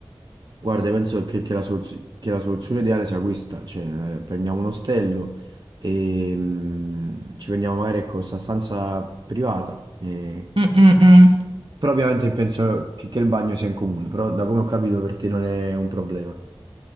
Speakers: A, on the right; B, on the right.
A: Guarda, io penso che, che la soluz- che la soluzione ideale sia questa, cioè eh, prendiamo un ostello e mm, ci prendiamo magari ecco, questa stanza privata, eh,
B: Mm, mm, mm.
A: però ovviamente penso che, che il bagno sia in comune, però da come ho capito per te non è un problema.